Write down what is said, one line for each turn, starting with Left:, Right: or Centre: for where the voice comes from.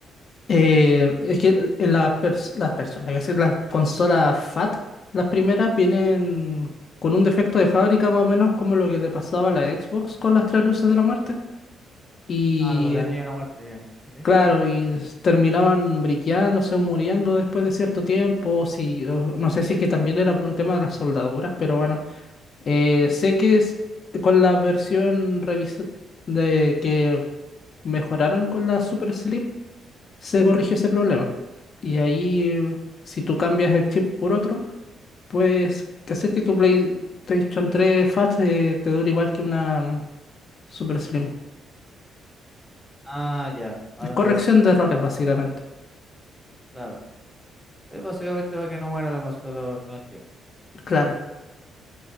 Left: Eh, es que en las pers- las personas, iba a decir, las consolas FAT, las primeras vienen con un defecto de fábrica más o menos como lo que le pasaba a la Xbox con las tres luces de la muerte. Y
Centre: Ah, con la niña de la muerte, ya. ok.
Left: claro, y s- terminaban briqueándose o muriendo después de cierto tiempo. o Si, o no sé si es que también era por un tema de las soldaduras, pero bueno, Eh, sé que es con la versión revisa- de que mejoraron con la Super Slim se corrigió ese problema. Y ahí, eh, si tú cambias el chip por otro, puedes hacer que tu PlayStation 3 Fat eh, te dure igual que una mm, Super Slim.
Centre: Ah, ya, ahora
Left: Corrección
Centre: te cacho mejor.
Left: de errores, básicamente.
Centre: Claro. Es básicamente para que no muera la consola con el tiempo.
Left: Claro.